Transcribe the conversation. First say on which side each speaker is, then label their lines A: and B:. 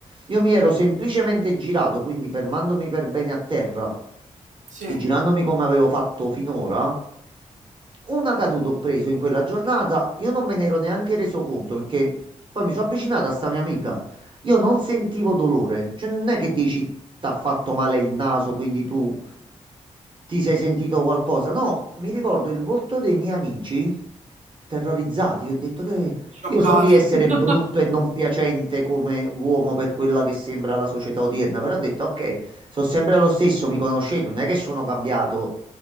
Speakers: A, on the right (about 40°); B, on the right (about 65°).
A: Io mi ero semplicemente girato, quindi fermandomi per bene a terra
B: Sì,
A: e girandomi come avevo fatto finora, una caduta ho preso in quella giornata, io non me ne ero neanche reso conto perché poi mi sono avvicinato a sta mia amica. Io non sentivo dolore, cioè non è che dici t'ha fatto male il naso, quindi tu Ti sei sentito qualcosa? No, mi ricordo il volto dei miei amici terrorizzati. Ho detto che
B: scioccati.
A: io so di essere
B: <laughs>
A: brutto e non piacente come uomo per quella che sembra la società odierna, però ho detto ok, sono sempre lo stesso, mi conoscete, non è che sono cambiato